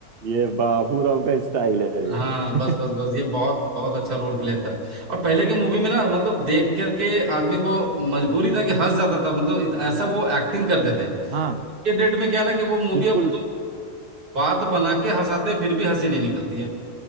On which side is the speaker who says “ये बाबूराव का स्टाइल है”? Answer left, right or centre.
Right